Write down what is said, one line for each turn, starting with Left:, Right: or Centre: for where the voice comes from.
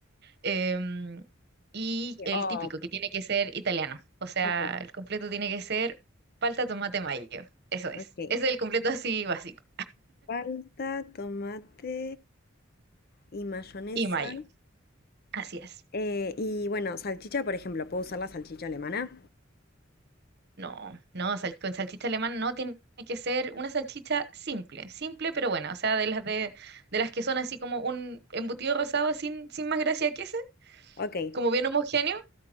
Right: em, y el
Left: Oh,
Right: típico, que tiene que ser italiano. O sea,
Left: ok,
Right: el completo tiene que ser palta, tomate, mayo. Eso es.
Left: ok.
Right: Ese es el completo así básico.
Left: Palta, tomate y mayonesa.
Right: Y mayo. Así es.
Left: Eh, y bueno, salchicha, por ejemplo, ¿puedo usar la salchicha alemana?
Right: No, no, sal- con salchicha alemana no tiene que ser una salchicha simple, simple pero buena. O sea, de las de, de las que son así como un embutido rosado sin, sin más gracia que ese,
Left: Ok,
Right: como bien homogéneo.